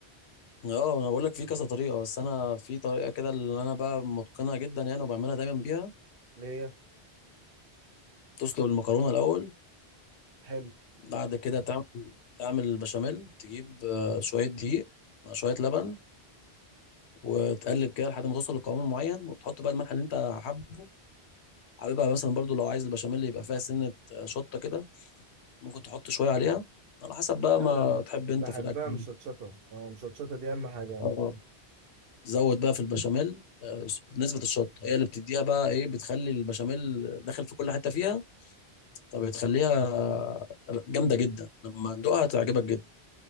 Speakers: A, on the left; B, on the right.
A: اه انا بقول لك في كذا طريقه بس انا في طريقه كده اللي انا بقى متقنها جدا يعني وبعملها دايما بيها
B: اللي هي
A: تسلق المكرونه الاول
B: حلو
A: بعد كده تعمل تعمل البشاميل تجيب آه، شوية دقيق مع شوية لبن وتقلب كده لحد ما توصل لقوام معين وتحط بقى الملح اللي انت حابه حاببها مثلا برضو لو عايز البشاميل يبقى فيها سنة آه، شطة كده ممكن تحط شوية عليها على حسب بقى
B: لا
A: ما
B: انا ب-
A: تحب انت
B: بحبها
A: في الأكل
B: مشطشطه اه مشطشطه دي اهم حاجه يعني
A: اه زود بقى في البشاميل آه، نسبة الشطة هي اللي بتديها بقى ايه بتخلي البشاميل داخل في كل حتة فيها فبتخليها آه، جامدة جدا لما تدوقها تعجبك جدا